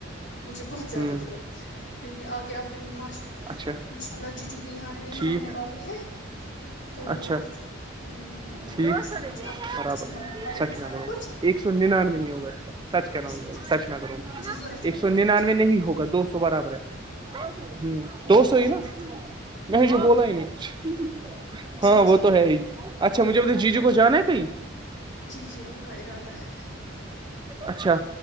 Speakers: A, on the left (about 60°); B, on the right (about 20°).
A: مجھے بہت زیادہ
B: ہوں
A: ضرورت ہے کیونکہ آگے آپ کے معاش
B: اچھا
A: ان شاء اللہ جی جو بہار
B: ٹھیک
A: رہنے والے ہیں تو
B: اچھا
A: ہوں ہوں بالکل
B: ٹھیک
A: اس لیے مجھے اکیے
B: برابر
A: کچھ سنبھ پڑے
B: سچ
A: گا
B: میں
A: سارا
B: کرو
A: کچھ
B: ایک سو ننانوے نہیں ہوا اس کا سچ کہ رہا
A: اس وجہ سے
B: سچ نہ کروں
A: مجھے ضرورت
B: ایک
A: پڑے
B: سو ننانوے
A: گی ان چیز
B: نہیں ہوگا دو سو برابر ہے ہ تو سحئی نا میں جو بولا ہی نہیںچ
A: جی
B: ہاں
A: جی
B: وہ تو ہے ہی اچھا مجھے جی جو کو جانا ہے کہئی
A: جی جی ان کا ارادہ ہے
B: اچھا